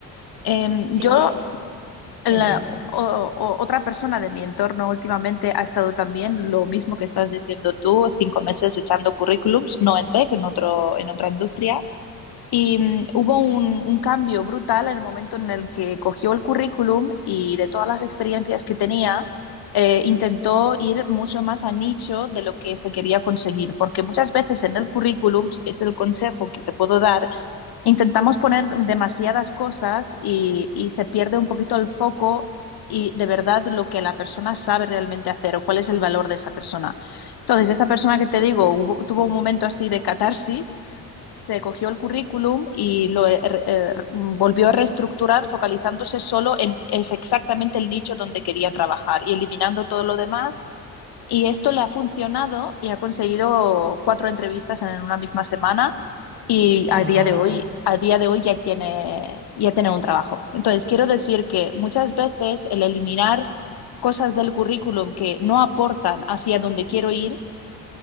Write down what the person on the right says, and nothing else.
Sí,
sí.
Wow.